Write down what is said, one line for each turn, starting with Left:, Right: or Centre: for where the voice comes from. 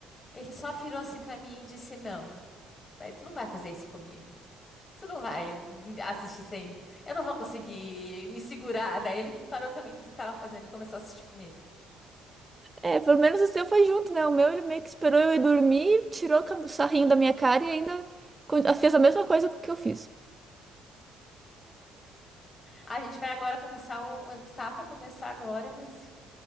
Left: ele só virou assim pra mim e disse: "Não, daí tu não vai fazer isso comigo. Tu não vai me assistir sem, eu não vou conseguir me segurar". Daí ele parou também tudo que tava fazendo e começou a assistir comigo.
Right: É, pelo menos o seu foi junto, né? O meu ele meio que esperou eu ir dormir, tirou o sarrinho da minha cara e ainda con- fez a mesma coisa que eu fiz.
Left: A gente vai agora começar o, a gente tá pra começar agora, mas